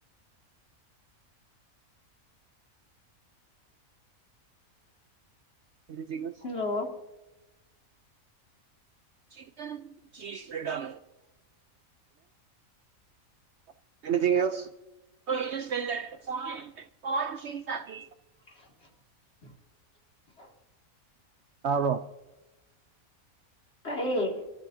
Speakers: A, on the right (about 60°); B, on the left (about 45°).
A: ꯑꯗꯨ ꯁꯤꯒꯁ
B: ꯍꯜꯂꯣ
A: ꯆꯟ ꯆ꯭ꯔꯦꯅꯦꯣ <inaudible>
B: <inaudible>
A: ꯇꯥꯕꯣ
B: ꯀꯥꯏꯑꯦ